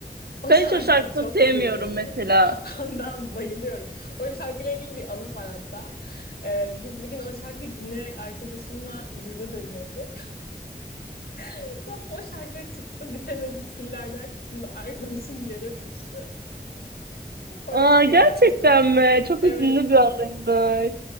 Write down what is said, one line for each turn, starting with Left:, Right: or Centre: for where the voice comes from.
Left: O
Right: Ben
Left: şarkıyı
Right: hiç o şarkısını
Left: çok
Right: sevmiyorum
Left: seviyorum.
Right: mesela.
Left: <laughs> Ben bayılıyorum. O şarkıyla ilgili bir anım var hatta. Ee, biz bir gün o şarkıyı dinleyerek arkadaşımla yurda dönüyorduk. <laughs> Tam o şarkı çıktı. Bitemez üç dillerden kısımda arkadaşım yere düştü. <laughs> Orada
Right: Aa
Left: çok
Right: gerçekten
Left: eğlenmiştim.
Right: mi? Çok
Left: Evet.
Right: hüzünlü bir anıymış.